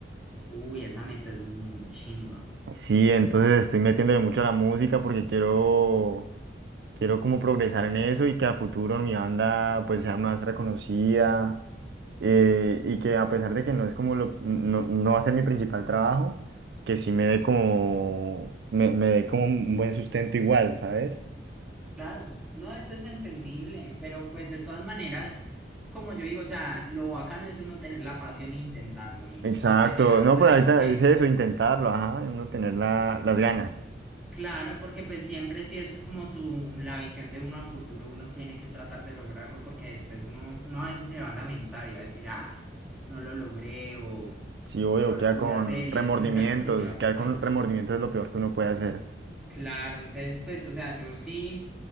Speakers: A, in the centre; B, on the right.
A: Uy, esa meta es muy chimba.
B: Sí, entonces estoy metiéndole mucho a la música porque quiero, quiero como progresar en eso y que a futuro mi banda pues sea más reconocida eh, y que a pesar de que no es como lo, no, no va a ser mi principal trabajo, que sí me dé como, me, me dé como un buen sustento igual, ¿sabes?
A: Claro, no, eso es entendible, pero pues de todas maneras, como yo digo, o sea, lo bacano es uno tener la pasión e intentarlo y
B: Exacto,
A: pues llegar
B: no,
A: hasta
B: pero
A: allá
B: ahorita
A: porque...
B: es eso, intentarlo, ajá, uno tener la- las ganas.
A: Claro, porque pues siempre si es como su, la visión de uno a futuro, uno tiene que tratar de lograrlo porque después uno, uno a veces se va a lamentar y va a decir, ah, no lo logré o,
B: Sí, obvio,
A: o no
B: queda
A: lo pude
B: con
A: hacer y
B: remordimientos,
A: es como que algo que sí va a
B: quedar
A: pesar.
B: con remordimientos es lo peor que uno puede hacer.
A: Claro, entonces pues, o sea, yo sí,